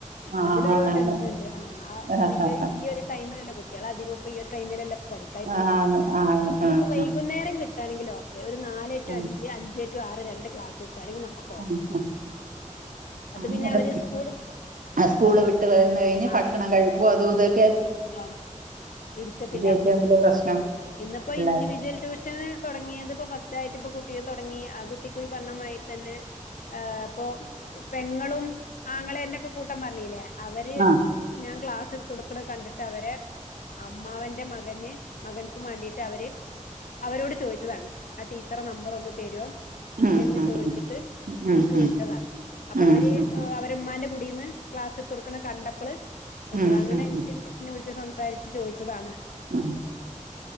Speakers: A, on the right; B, on the left.
A: ആ
B: അതിലൊരു
A: ആണാണ്
B: ടെൻഷൻണ്ട് ആഹ്
A: ആ
B: അഹ്
A: ആ
B: ഈ ഈ ഒരു ടൈമിലല്ലെ കു കുട്ട്യാള് അധികോം ഇപ്പ ഈ ഒരു ടൈമിലല്ല പഠിക്കാരിഇരിക്ക്ണ
A: ആ
B: സമയം
A: ആണ് ആണ്
B: നമുക്ക്
A: ആ
B: വൈകുന്നേരം
A: ആ ആ
B: കി ട്ടാണെങ്കിൽ ഓക്കെ നാല് ടു
A: ഉം
B: അഞ്ച് അഞ്ച് ടു ആറ് രണ്ട് ക്ലാസ് കിട്ടാണെങ്കി നമ്മക്ക്
A: ഉം ആഹ് അന്നേരം
B: പിന്നെ അവര് സ്കൂൾ
A: ആ സ്കൂള് വിട്ട് വന്ന് കഴിഞ്ഞ്
B: ആഹ്
A: ഭക്ഷണം കഴിപ്പും അതുഇതുക്കെ
B: ആഹ് ഇരിക്കത്തില്ല
A: ഏറ്റവും വലിയ പ്രശ്നം
B: ആഹ് ഇന്ന്പ്പോ
A: പിള്ളേർ
B: ഇൻഡിവിജ്വൽ ട്യൂഷന് തുടങ്ങിയത് ഇപ്പൊ ഫസ്റ്റ് ആയിട്ട് ഇപ്പൊ കുട്ടീയെ തൊടങ്ങി ആ കുട്ടിക്കു ഈ പറഞ്ഞമാതിരി തെന്നെ ഏഹ് പ്പോ പെങ്ങളും ആങ്ങളേന്റെ ഒക്കെ കൂട്ടം പറഞ്ഞീല്ലേ അവര്
A: ആ
B: ഞാൻ ക്ലാസ് ഇടത്തോട്ക്ക്ണ് കണ്ടിട്ട് അവരെ അമ്മാവന്റെ മകന് മകൻക്കും മാണ്ടീട്ട് അവര് അവരോട് ചോയിച്ചതാണ് ആ ടീച്ചറെ നമ്പറൊന്ന് തെരോ
A: ഉം
B: എന്ന്
A: ഉം
B: ചോയിച്ചിട്ട്
A: ഉം
B: ഇൻക്ക് വിളിച്ചതാണ്
A: ഉം
B: അപ്പൊ
A: ഉം
B: അവര്
A: ഉം ഉം
B: അവ ര് ഇമ്മാന്റെ കൂടിന്ന് ക്ലാസ്ത്തൊട്ക്ക്ണ കണ്ടപ്പള് വിൾച്ചതാ
A: ഉം
B: അങ്ങനെ
A: ഉം ഉം
B: ഇൻ ഇൻ ഇന്നെ വിളിച്ച് സംസാരിച്ച് ചോയിച്ചതാണ്
A: ആഹ്